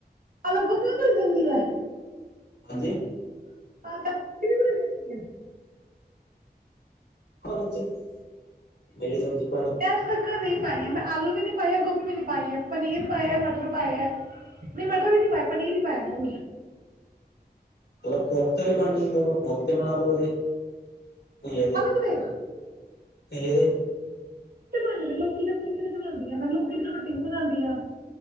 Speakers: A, on the right; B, on the left.
A: ਅਲੱਗੋ ਤੋਂ ਬਣ ਜਾਦੀ ਏ।
B: ਹਾਂਜੀ,
A: <unintelligible> ਬਣ ਜਾਦੀ ਐ।
B: <unintelligible>
A: ਪਜ ਤੱਕ ਨਹੀਂ ਪਾਈ ਹੈ ਮੈਂ ਆਲੂ ਵੀ ਨੀ ਪਾਈ ਗੋਭੀ ਵੀ ਨੀ, ਪਾਇਆ ਪਨੀਰ ਪਾਇਆ ਮਟਰ ਪਾਇਆ ਨਹੀਂ ਮਟਰ ਵੀ ਨੀ ਪਾਇਆ ਪਨੀਰ ਹੀ ਪਾਇਆ ਖ
B: ਚਲੋ ਕੋਫਤੇ ਵੀ ਬਣ ਜਾਂਦੇ ਕੋਫਤੇ ਬਣਾ ਲਓ ਐਦੇ,
A: ਪਾਲਕ ਦੇ
B: <unintelligible>
A: ਮੰਨ ਲੋਕੀ ਦੇ ਕੋਫਤੇ ਵੀ ਤਾ ਬਣਾਦੀ ਆ ਮੈਂ ਲੋਕੀ ਦੀ ਰੋਟੀ ਵੀ ਬਣਾਦੀ ਆ।